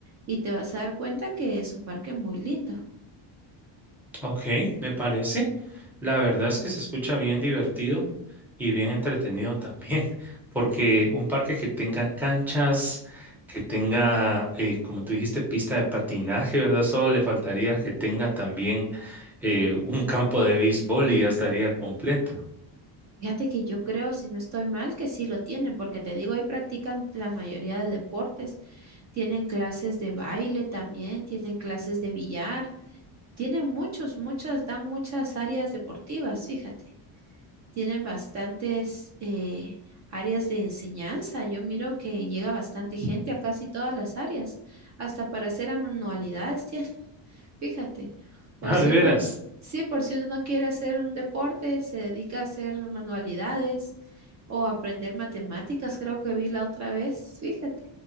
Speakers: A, on the right; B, in the centre.
A: y te vas a dar cuenta que es un parque muy lindo.
B: Ok, me parece. La verdad es que se escucha bien divertido y bien entretenido también, <laughs> porque un parque que tenga canchas, que tenga, eh, como tú dijiste, pista de patinaje, ¿verdad? Solo le faltaría que tenga también eh, un campo de béisbol y ya estaría completo. <laughs>
A: Fíjate que yo creo, si no estoy mal, que sí lo tienen, porque te digo, ahí practican la mayoría de deportes. Tienen clases de baile también, tienen clases de billar, tienen muchos, muchas, dan muchas áreas deportivas, fíjate. Tienen bastantes eh, áreas de enseñanza. Yo miro que llega bastante gente a casi todas las áreas, hasta para hacer manualidades tienen. Fíjate, por
B: Ah,
A: si
B: de veras.
A: uno, sí, por si uno no quiere hacer un deporte, se dedica a hacer manualidades o aprender matemáticas, creo que vi la otra vez. Fíjate,